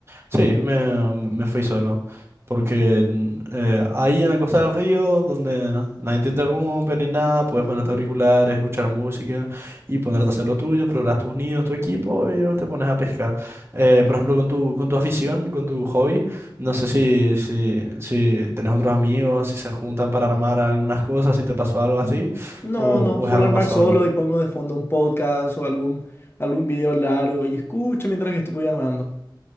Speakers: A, on the right (about 30°); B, on the left (about 30°).
A: Sí, me, me fui solo. Porque mm, eh, ahí en la costa del río, donde nadie te interrumpe ni nada, puedes ponerte auriculares, escuchar música y ponerte a hacer lo tuyo, preparar tus nidos, tu equipo y luego te pones a pescar. Eh, por ejemplo, con tu, con tu afición, con tu hobby, no sé si, si, si tenés otros amigos, si se juntan para armar algunas cosas, si te pasó algo así,
B: No,
A: o,
B: no,
A: o
B: suelo
A: es algo
B: armar
A: más solo.
B: solo y pongo de fondo un podcast o algún, algún video largo y escucho mientras que estoy armando.